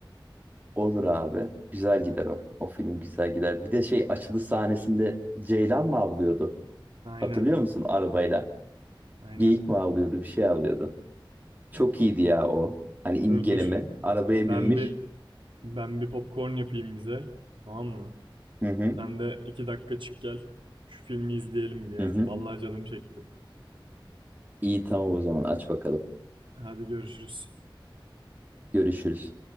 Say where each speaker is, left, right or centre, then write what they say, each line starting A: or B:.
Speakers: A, on the right; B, on the right.
A: Olur abi. Güzel gider o. O film güzel gider. Bir de şey açılış sahnesinde Ceylan mı avlıyordu?
B: Aynen.
A: Hatırlıyor musun arabayla?
B: Aynen.
A: Geyik mi avlıyordu? Bir şey avlıyordu. Çok iyiydi ya o. Hani imgeleme.
B: Dur dur.
A: Arabaya
B: Ben
A: binmiş.
B: bir ben bir popcorn yapayım bize. Tamam mı?
A: Hı hı.
B: Sen de iki dakika çık gel. Şu filmi izleyelim bir ya.
A: Hı hı.
B: Vallahi canım çekti.
A: İyi tamam o zaman aç bakalım.
B: Hadi görüşürüz.
A: Görüşürüz.